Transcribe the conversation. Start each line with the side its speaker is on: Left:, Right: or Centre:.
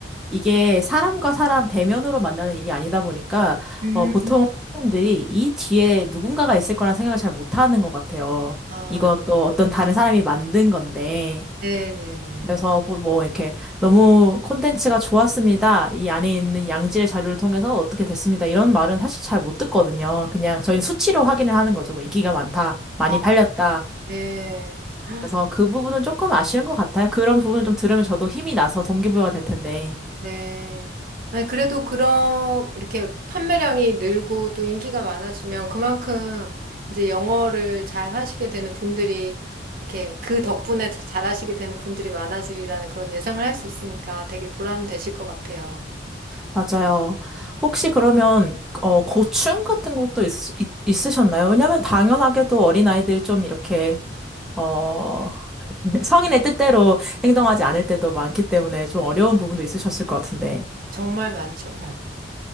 Centre: 이게 사람과 사람 대면으로 만나는 일이 아니다 보니까,
Right: 음.
Centre: 어, 보통 사람들이 이 뒤에 누군가가 있을 거란 생각을 잘 못하는 것 같아요.
Right: 아,
Centre: 이것도 어떤 다른 사람이 만든 건데,
Right: 네네네.
Centre: 그래서 뭐, 뭐 이렇게 너무 콘텐츠가 좋았습니다. 이 안에 있는 양질의 자료를 통해서 어떻게 됐습니다. 이런 말은 사실 잘 못 듣거든요. 그냥 저희는 수치로 확인을 하는 거죠. 뭐 인기가 많다, 많이
Right: 아,
Centre: 팔렸다.
Right: 네. 헉,
Centre: 그래서 그 부분은 조금 아쉬운 것 같아요. 그런 부분을 좀 들으면 저도 힘이 나서 동기부여가 될 텐데.
Right: 네. 아니, 그래도 그런, 이렇게 판매량이 늘고 또 인기가 많아지면 그만큼 이제 영어를 잘 하시게 되는 분들이 이렇게 그 덕분에 자- 잘 하시게 되는 분들이 많아지리라는 그런 예상을 할 수 있으니까 되게 보람 되실 것 같아요.
Centre: 맞아요. 혹시 그러면 어, 고충 같은 것도 있, 있, 있으셨나요? 왜냐하면 당연하게도 어린아이들이 좀 이렇게 어, <laughs> 성인의 뜻대로 행동하지 않을 때도 많기 때문에 좀 어려운 부분도 있으셨을 것 같은데.
Right: 정말 많죠.